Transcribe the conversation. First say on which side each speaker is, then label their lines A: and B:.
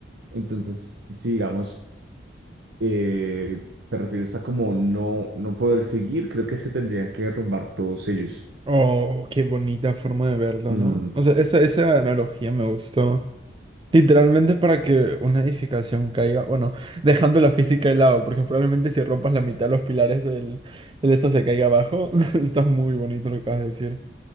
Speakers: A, on the right; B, on the right.
A: Entonces, si digamos, eh, te refieres a como no, no poder seguir, creo que se tendrían que derrumbar todos ellos.
B: Oh, qué bonita forma de verlo,
A: Mm,
B: ¿no? O sea, esa, esa analogía me gustó. Literalmente para que una edificación caiga, bueno, dejando la física de lado, porque probablemente si rompas la mitad de los pilares, el, el esto se caiga abajo. <laughs> Está muy bonito lo que acabas de decir.